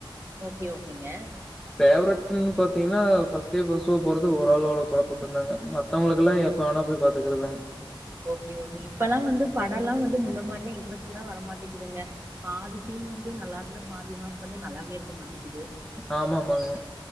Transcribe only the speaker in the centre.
ஃபேவரட்ன்னு பாத்தீங்கன்னா ஃபர்ஸ்ட்டே ஃபர்ஸ்ட் ஷோ போறது ஒருராளோட <unintelligible> மத்தங்களுக்கு எல்லாம் எப்ப வேணா போய் பாத்துக்கறதாங்க
ஆமாமாங்க